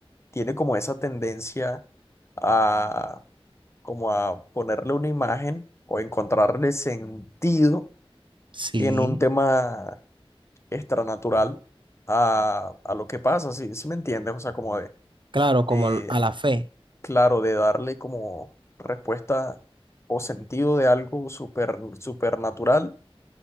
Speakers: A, on the left; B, on the right.
A: tiene como esa tendencia a como a ponerle una imagen o encontrarle sentido
B: sí,
A: en un tema extranatural a, a lo que pasa, si, si me entiendes, o sea, como de,
B: claro, como
A: eh,
B: al- a la fe.
A: claro, de darle como respuesta o sentido de algo súper supernatural